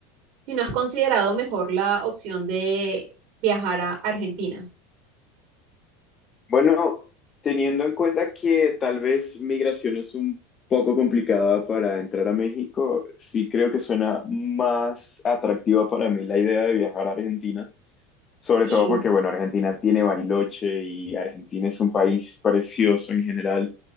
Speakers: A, on the right; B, on the left.
A: si no has considerado mejor la opción de viajar a Argentina.
B: Bueno, teniendo en cuenta que tal vez migración es un poco complicada para entrar a México, sí creo que suena más atractiva para mí la idea de viajar a Argentina, sobre
A: Sí.
B: todo porque, bueno, Argentina tiene Bariloche y Argentina es un país precioso en general